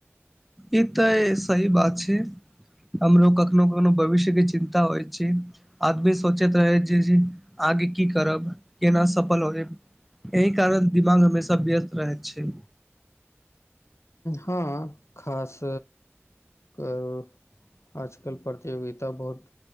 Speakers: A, in the centre; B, on the left.
A: ई तऽ सही बात छै हमरोग कखनो कखनो भविष्य के चिन्ता होइ छै आदमी सोचैत रहै छी आगे की करब केना सफल हो जायब एहि कारण दिमाग हमेशा व्यस्त रहैत छै
B: हँ खास करू आजकल प्रतियोगिता बहुत